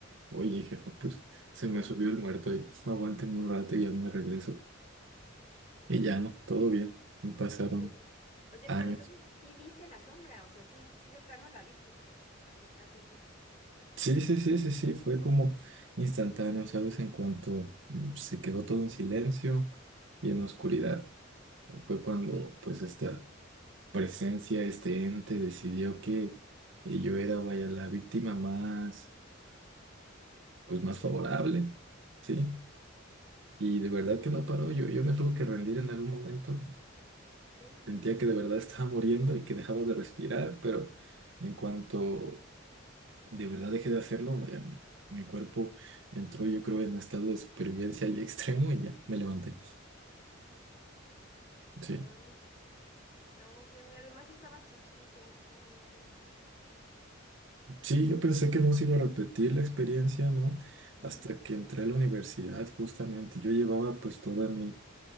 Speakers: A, on the right (about 65°); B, on the left (about 35°).
A: oye jefa, pues se me
B: Ujú.
A: subió el muerto, y, aguántenme un rato y ya me regreso y ya no, todo bien, pasaron
B: Oye, oye,
A: años.
B: pero entonces sí viste la sombra, o sea, sí, sí de plano la viste acercarse a ti.
A: Sí, sí, sí, sí, sí, fue como instantáneo, ¿sabes? En cuanto mm, se quedó todo en silencio y en oscuridad, fue cuando pues esta presencia, este ente decidió que eh, yo era, vaya, la víctima más,
B: <laughs>
A: pues más
B: Ay,
A: favorable,
B: qué miedo.
A: ¿sí? Y de verdad que no paró, yo, yo me tuve que rendir en algún momento,
B: Sí, sí.
A: sentía que de verdad estaba muriendo y que dejaba de respirar, pero en cuanto de verdad dejé de hacerlo, vaya, mi, mi cuerpo entró yo creo en un estado de supervivencia y extremo y ya me levanté. Sí,
B: Ay, no, qué miedo. Y más si estabas chiquito, no manches.
A: sí, yo pensé que no se iba a repetir la experiencia, ¿no?
B: Ujú,
A: Hasta que entré a la universidad, justamente. Yo llevaba pues toda mi,